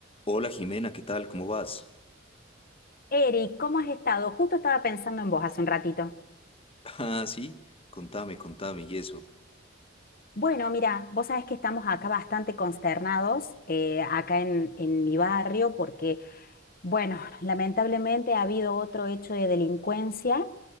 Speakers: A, on the left; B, on the left.
A: Hola Jimena, ¿qué tal? ¿Cómo vas?
B: Eric, ¿cómo has estado? Justo estaba pensando en vos hace un ratito.
A: <laughs> Ah, sí, contame, contame y eso.
B: Bueno, mira, vos sabés que estamos acá bastante consternados, eh, acá en, en mi barrio, porque, bueno, lamentablemente ha habido otro hecho de delincuencia